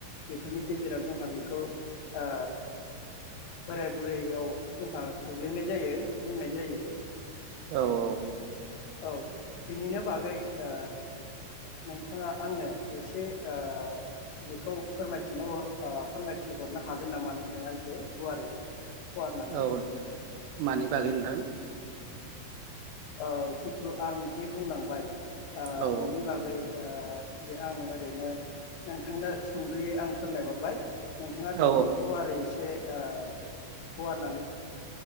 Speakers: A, on the left; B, on the right.
A: बेफोरनि गेजेराव जोंहा बेखौ ओ बोराय बुरैयाव जोंहा गोग्लैनाय जायो बुंनाय जायो।
B: औ औ
A: औ बिनिनो बागै ओ नोंथाङा आंनो एसे ओ बेखौ फोरमायथिनो ओ फोरमायथिहरनो हागोन नामा नोंथाङा एसे गुवारै? फुवारनानै
B: औ मानि बागै नोंथां?
A: ओ जिथु आं जे बुंलांबाय ओ
B: औ
A: बिनि बागै ओ जे आं ओरैनो नोंथांनो सुंद'यै आं फोरमायहरबाय। नोंथाङा बेखौ
B: औ
A: गुवारै एसे ओ फुवारनानै